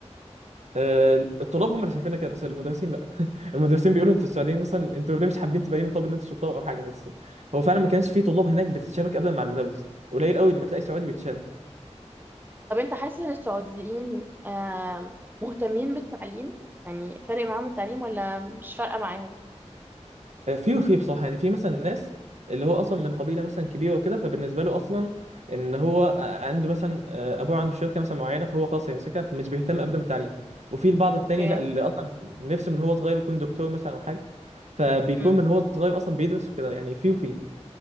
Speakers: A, on the right; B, on the right.
A: آه، الطلاب هم اللي شايفيننا كده بس المدرسين لا <laughs> المدرسين بيقولوا انتوا السعوديين مثلا انتوا ليه مش حابين تبينوا طب ان انتوا شطار او حاجه بس هو فعلا ما كانش في طلاب هناك بتتشابك ابدا مع المدرس قليل قوي لما تلاقي سعودي بيتشابك
B: طب أنت حاسس إن السعوديين آم، مهتمين بالتعليم؟ يعني فارق معاهم التعليم ولا مش فارقة معاهم؟
A: في وفي بصراحة يعني في مثلا ناس اللي هو أصلا من قبيلة مثلا كبيرة وكده فبالنسبة له أصلا إن هو عنده مثلا آه، أبوه عنده شركة مثلا معينة فهو خلاص هيمسكها فمش بيهتم أبدا بالتعليم وفي البعض التاني
B: اوكي
A: لا اللي أصلا نفسه من هو صغير يكون دكتور مثلا أو حاجة فبيكون
B: مم،
A: من هو صغير أصلا بيدرس وكده يعني في وفي